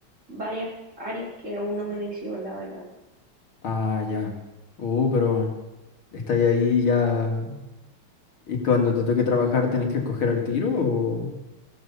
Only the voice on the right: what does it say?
varias áreas que aún no me decido, la verdad.